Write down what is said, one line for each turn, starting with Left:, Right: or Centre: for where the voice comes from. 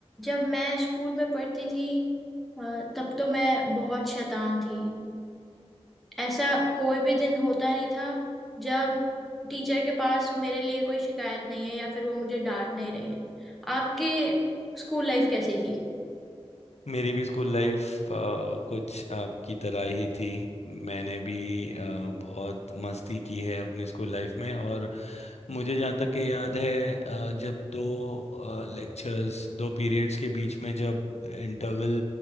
Centre: जब मैं स्कूल में पढ़ती थी अ, तब तो मैं बहुत शैतान थी ऐसा कोई भी दिन होता नहीं था जब टीचर के पास मेरे लिए कोई शिकायत नहीं है या फिर वो मुझे डांट नहीं रही है आपके स्कूल लाइफ कैसी थी
Left: मेरी भी school life कुछ आपकी तरह ही थी मैंने भी अ, बहुत मस्ती की है अपनी स्कूल लाइफ में और मुझे जहाँ तक कि याद है अ, जब दो लेक्चर्स दो पीरियड्स के बीच में जब इंटरवल